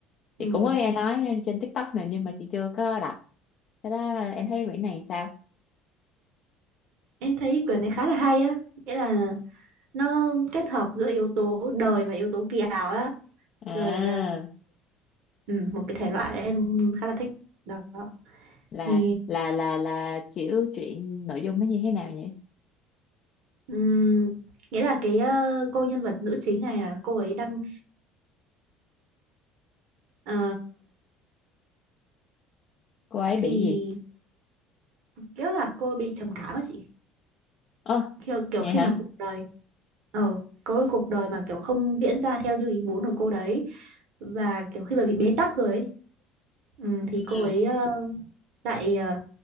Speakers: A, on the right (about 70°); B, on the left (about 45°).
A: Ừ.
B: chị cũng có nghe nói trên TikTok này nhưng mà chị chưa có đọc. Cái đó em thấy quyển này sao?
A: Em thấy quyển này khá là hay á, nghĩa là nó kết hợp giữa yếu tố đời và yếu tố kỳ ảo á.
B: À,
A: Rồi, ừ, một cái thể loại em khá là thích đó.
B: là
A: thì
B: là là là chịu chuyện nội dung nó như thế nào vậy?
A: ừm, nghĩa là cái ờ, cô nhân vật nữ chính này là cô ấy đang ờ,
B: Cô ấy bị
A: thì
B: gì?
A: kiểu là cô bị trầm cảm á chị
B: Ơ,
A: kiểu, kiểu
B: vậy
A: khi
B: hả?
A: mà cuộc đời ờ có cái cuộc đời mà kiểu không diễn ra theo như ý muốn của cô đấy và kiểu khi mà bị bế tắc rồi ấy, ừm, thì
B: Ừ.
A: cô ấy ờ, lại ờ,